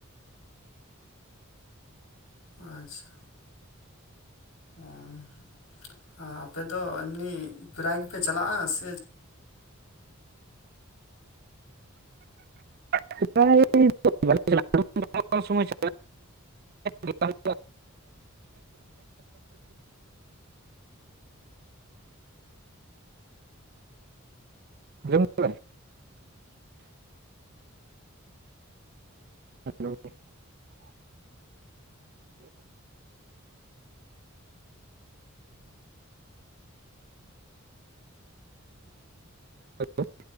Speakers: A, on the left; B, on the right.
A: ᱟᱪᱪᱷᱟ ᱮᱧᱦ ᱟ ᱟᱯᱮ ᱫᱚ ᱮᱢᱱᱤ ᱯᱨᱟᱭ ᱜᱮᱯᱮ ᱪᱟᱞᱟᱜᱼᱟ ᱥᱮ
B: <unintelligible> ᱦᱩᱭᱩᱜᱼᱟ <inaudible> <inaudible> <inaudible>